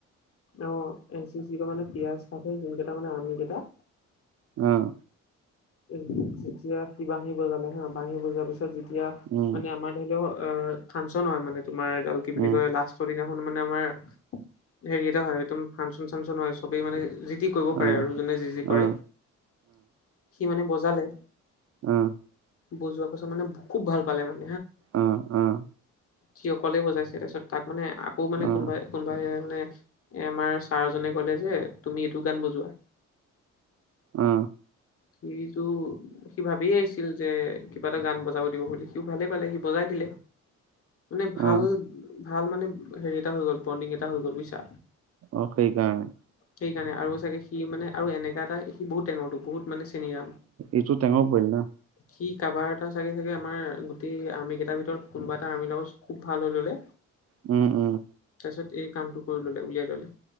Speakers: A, on the left; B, on the right.
A: অ' এন চি চি পা মানে পিযাৰ্চ চাকৰি যোন কেইটা মানে আৰ্মি কেইটা।
B: আহ
A: উম যেতিয়া সি বাঁহী বজালে হা বাঁহী বজোৱাৰ পিছত যেতিয়া
B: উম
A: মানে আমাৰ ধৰি লওঁ অ' ফাংচন হয় মানে, তোমাৰ এডাল কি বুলি
B: উম
A: কয় লাষ্টৰ দিনা শুন মানে আমাৰ হেৰি এটা হয়, তো ফাংচন চাংচন হয়। চবেই মানে যি তি যি কৰিব পাৰে,
B: অ
A: আৰু যোনে যি যি কৰে
B: অ
A: সি মানে বজালে
B: আহ
A: বজোৱাৰ পাছত মানে খুব ভাল পালে মানে
B: আহ আহ
A: যি অকলে বজাইছে, তাৰপিছত তাক মানে আকৌ মানে
B: অ
A: কোনোবাই কোনোবাই মানে এ আমাৰ ছাৰজনে ক'লে যে তুমি এইটো গান বজোৱা।
B: অ অ
A: সিটো সি ভাবিয়ে আহিছিল যে কিবা এটা গান বজাব দিব বুলি। সিওঁ ভালে পালে, সি বজাই দিলে। মানে ভাল
B: অ
A: ভাল মানে হেৰি এটা হৈ গ'ল বণ্ডিং এটা হৈ গ'ল বুজিছা।
B: অ' সেইকাৰণে।
A: সেইকাৰণে, আৰু চাগে সি মানে আৰু এনেকা এটা সি বহুত টেঙৰটো বহুত মানে চেনিৰাম
B: ইটো টেঙৰ পোৱালি না।
A: সি কাৰোবাৰ এটা চাগে চাগে আমাৰ গোটেই আৰ্মি কেইটাৰ ভিতৰত কোনোবা এটা আৰ্মিৰ লগত খুব ভাল হৈ ল'লে
B: উম উম
A: তাৰপিছত এই কামটো কৰি ল'লে উলিয়াই ল'লে।